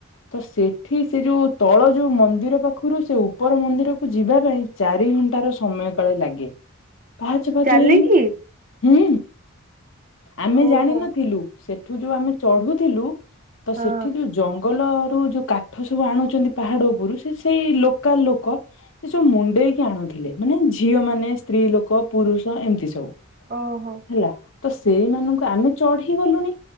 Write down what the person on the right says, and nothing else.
ଚାଲିକି
ଓହୋ
ହଁ
ଓହୋ